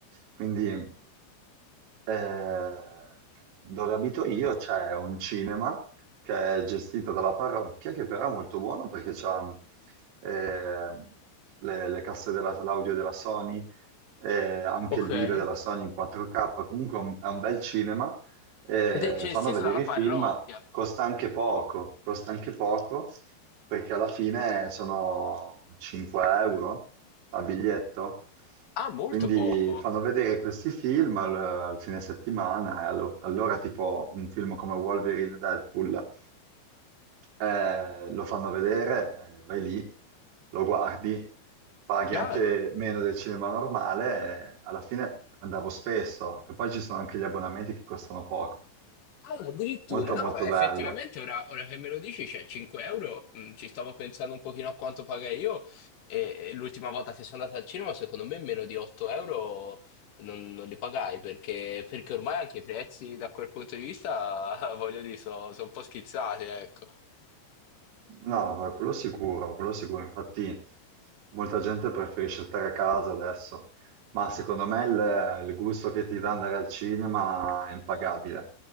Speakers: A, on the right; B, on the left.
A: Quindi eh, dove abito io c'è un cinema che è gestito dalla parrocchia, che però è molto buono perché c'ha eh, le, le casse della- l'audio della Sony, eh, anche
B: ok.
A: il video
B: Ed
A: della Sony in 4K, comunque è un, è un bel cinema, eh,
B: è gestito
A: fanno vedere
B: dalla
A: i
B: parrocchia.
A: film, costa anche poco, costa anche poco, perché alla fine sono 5 euro a biglietto,
B: Ah, molto
A: quindi
B: poco.
A: fanno vedere questi film al, al fine settimana, e allo- allora tipo un film come Wolverine e Deadpool eh, lo fanno vedere, eh, vai lì, lo guardi, paghi
B: Chiaro.
A: anche meno del cinema normale, eh, alla fine andavo spesso e poi ci sono anche gli abbonamenti che costano poco.
B: Ah, addirittura,
A: Molto
B: no,
A: molto
B: effettivamente
A: bello.
B: ora, ora che me lo dici, c'è 5 euro, mm, ci stavo pensando un pochino a quanto pagai io e, e l'ultima volta che sono andato al cinema, secondo me meno di 8 euro non, non li pagai perché, perché ormai anche i prezzi da quel punto di vista, <laughs> voglio dire, sono un po' schizzati, ecco.
A: No, eh, quello sicuro, quello sicuro. Infatti molta gente preferisce stare a casa adesso, ma secondo me il, il gusto che ti dà andare al cinema è impagabile.